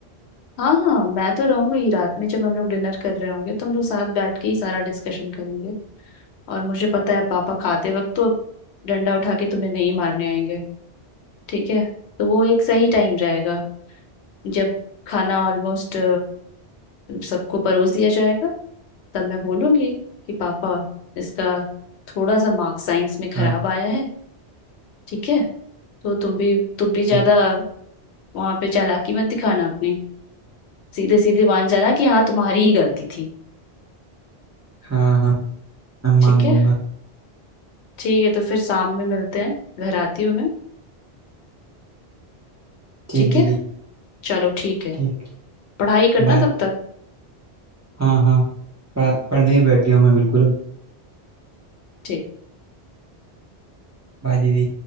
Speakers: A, on the left; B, on the right.
A: हाँ हाँ मैं तो रहूंगी रात में जब हम लोग डिनर कर रहे होंगे तो हम लोग साथ बैठ के ही सारा डिस्कशन करेंगे और मुझे पता है पापा खाते वक्त तो डंडा उठा के तुम्हें नहीं मारने आएंगे ठीक है तो वो एक सही टाइम रहेगा जब खाना ऑलमोस्ट सबको परोस दिया जाएगा तब मैं बोलूंगी कि पापा इसका थोड़ा सा मार्क्स साइंस में खराब
B: हाँ
A: आया है ठीक है तो तुम भी तुम भी
B: ठीक
A: ज्यादा वहां पे चालाकी मत दिखाना अपनी सीधे सीधे मान जाना कि हाँ तुम्हारी ही गलती थी
B: हाँ हाँ मैं मान
A: ठीक
B: लूँगा
A: है ठीक है तो फिर शाम में मिलते हैं घर आती हूँ मैं
B: ठीक
A: ठीक
B: दीदी
A: है चलो ठीक है
B: ठीक
A: पढ़ाई करना
B: बाय
A: तब तक
B: हाँ हाँ पढ़ा- पढ़ने ही बैठ गया हूँ मैं बिल्कुल अब
A: ठीक
B: बाय दीदी